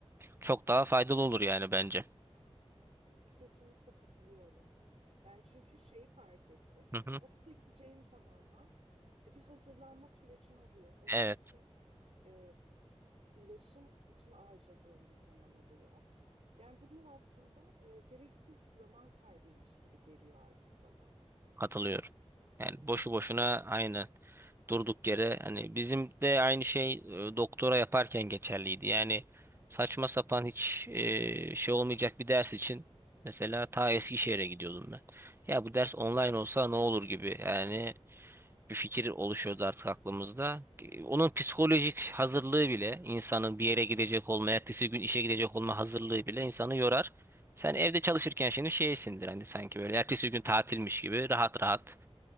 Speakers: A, on the right; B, on the right.
A: Çok daha faydalı olur yani bence.
B: Kesinlikle katılıyorum. Yani çünkü şeyi fark ettim.
A: Hı hı.
B: Ofise gideceğim zamanlar e, bir hazırlanma sürecin oluyor. Onun
A: Evet,
B: için e, ulaşım için harcadığım bir zaman oluyor. Yani bunlar aslında e, gereksiz bir zaman kaybıymış gibi geliyor artık bana.
A: katılıyorum. Yani boşu boşuna aynı. durduk yere hani bizim de aynı şey e, doktora yaparken geçerliydi. Yani saçma sapan hiç e, şey olmayacak bir ders için mesela ta Eskişehir'e gidiyordum ben. Ya bu ders online olsa ne olur gibi yani bir fikir oluşuyordu artık aklımızda. E, Onun psikolojik hazırlığı bile insanın bir yere gidecek olma, ertesi gün işe gidecek olma hazırlığı bile insanı yorar. Sen evde çalışırken şimdi şeysindir hani sanki böyle ertesi gün tatilmiş gibi rahat rahat